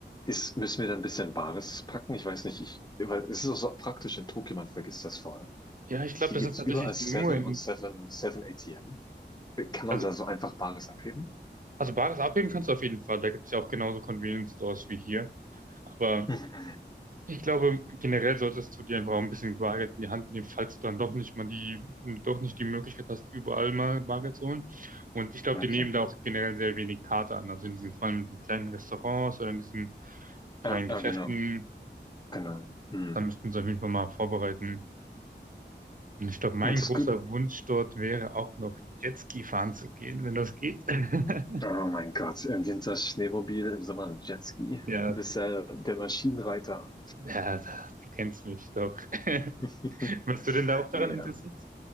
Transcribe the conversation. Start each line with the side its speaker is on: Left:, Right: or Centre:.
Left: ist, müssen wir da ein bisschen Bares packen? Ich weiß nicht, ich, weil es ist auch so praktisch in Tokio, man vergisst das vor allem
Right: Ja, ich glaube,
Left: Hier
Right: das
Left: gibt
Right: ist
Left: es
Right: tatsächlich
Left: überall Seven
Right: nur in,
Left: und 7, 7 ATM. Kann man
Right: also,
Left: da so einfach Bares abheben?
Right: also Bares abheben kannst du auf jeden Fall. Da gibt es ja auch genauso Convenience Stores wie hier. Aber
Left: Mhm,
Right: Ich glaube, generell solltest du dir einfach auch ein bisschen Bargeld in die Hand nehmen, falls du dann doch nicht mal die, doch nicht die Möglichkeit hast, überall mal Bargeld zu holen. Und ich glaube,
Left: mhm.
Right: die
Left: Okay.
Right: nehmen da auch generell sehr wenig Karte an. Also in diesen, vor allem in kleinen Restaurants oder in diesen kleinen
Left: Ja,
Right: Geschäften,
Left: ja, genau. Genau. Mhm.
Right: da müssten sie auf jeden Fall mal vorbereiten. Und ich glaube, mein
Left: Und das
Right: großer
Left: gut.
Right: Wunsch dort wäre auch noch Jetski fahren zu gehen, wenn das geht. <laughs>
Left: Oh mein Gott, im Winter Schneemobil, im Sommer Jetski.
Right: Ja,
Left: Du bist ja der Maschinenreiter.
Right: ja, da- du kennst mich doch. <laughs>
Left: <laughs>
Right: Warst du denn da auch daran
Left: Nee, ähm,
Right: interessiert?